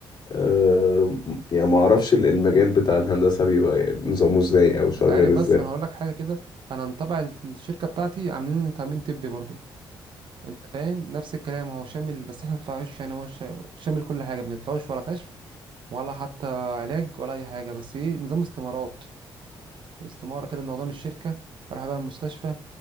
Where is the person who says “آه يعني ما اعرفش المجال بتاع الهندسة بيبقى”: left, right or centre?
Left